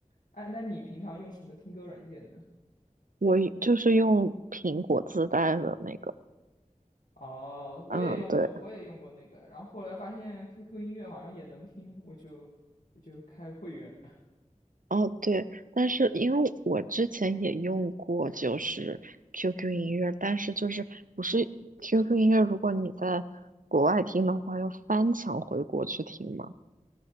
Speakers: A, on the left; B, on the right.
A: 哎，那你平常用什么听歌软件呢？
B: 我就是用苹果自带的那个，
A: 哦，
B: 嗯，
A: 我也用过，
B: 对。
A: 我也用过那个，然后后来发现 QQ 音乐好像也能听，我就我就开会员。
B: 哦，对，但是因为我之前也用过，就是 QQ 音乐，但是就是不是 QQ 音乐，如果你在国外听的话，要翻墙回国去听嘛，